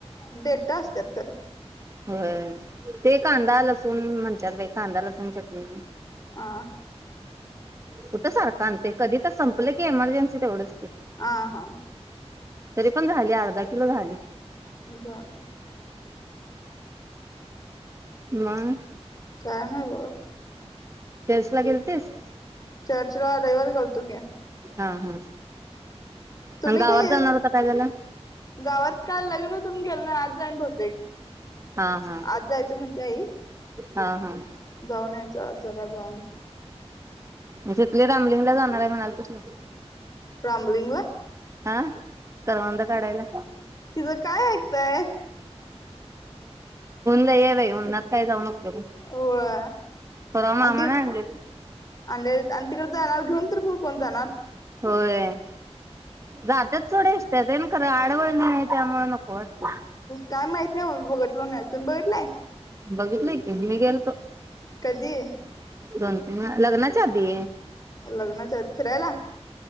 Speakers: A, on the left; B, on the right.
A: <unintelligible> देठ असत्यात काय त्यात.
B: हो ते कांदा लसूण म्हणत्यात बाई कांदा लसूण चटणी.
A: आ.
B: कुठं सारखं आणतोय कधी तर संपलं की एमर्जन्सी तेवढच.
A: आ हा.
B: तरी पण झाली अर्धा किलो झाली.
A: <inaudible>
B: <inaudible>
A: काय नई बगा.
B: सस ला गेलतीस?
A: चर्च ला रविवारी गेलतो. क <inaudible>
B: हा हा.
A: तुम्ही
B: आणि गावात
A: काय
B: जाणार होता काय झालं
A: गावात काल लग्न होत म्हणुन गेल नई आज जाईन बहुतेक
B: हा हा
A: आज जायचं म्हणते आई,
B: हा हा
A: जाऊन यायचं. <unintelligible>
B: म्हणजे तुम्ही रामलिंगला जाणार आहे म्हणा की.
A: रामलिंगला?
B: हा करवंद काढायला.
A: तिचं काय ऐकताय.
B: ऊन लय हाय बाई उनात काय जाऊ नको.
A: होय
B: मामाने
A: आणि ते
B: आणलेली
A: आ. तिकडे जाणार घेऊन तर बू कोण जाणार.
B: होय. जात्यात थोड्या एसट्या तेन कारण आडवनय त्यामुळ नको वाटतंय
A: काय माहित नाय ओ मी बघलो नई तुम्ही बघितलाय
B: बागीतलोय की मी गेल्तो.
A: कधी?
B: दोन तीन वेळा लग्नाच्या आधी
A: लग्नाच्या आधी फिरायला.